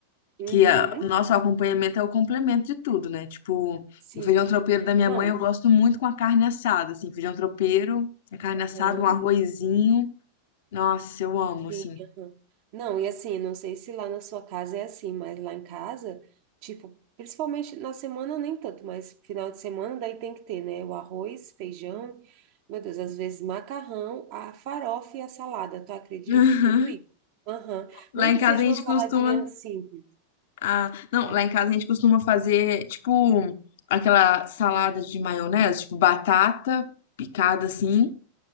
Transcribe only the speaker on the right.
Uhum,
sim.
Não,
aham,
sim,
aham. Não, e assim, não sei se lá na sua casa é assim, mas lá em casa, tipo, principalmente na semana nem tanto, mas final de semana daí tem que ter, né? O arroz, feijão, meu Deus, às vezes macarrão, a farofa e a salada, tu acredita?
Tudo isso. Aham.
Nem
que
seja
uma saladinha
simples.
É.